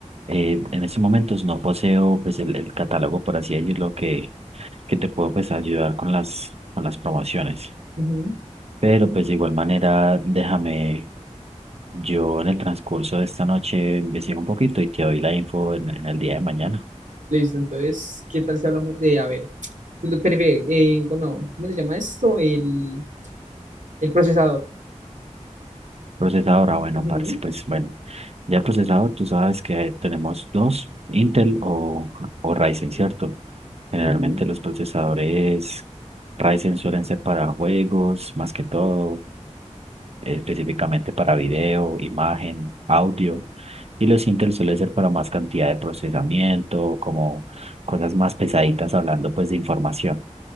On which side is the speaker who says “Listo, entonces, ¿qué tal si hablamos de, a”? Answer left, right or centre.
Right